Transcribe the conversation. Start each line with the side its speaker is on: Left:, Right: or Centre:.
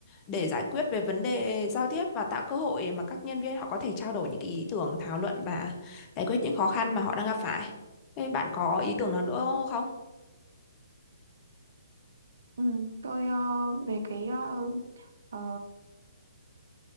Left: để giải quyết về vấn đề giao tiếp và tạo cơ hội để mà các nhân viên họ có thể trao đổi những cái ý tưởng, thảo luận và giải quyết những khó khăn mà họ đang gặp phải. Thế bạn có ý tưởng nào nữa không?
Right: Ừ, tôi ờ, về cái ờ, ờ,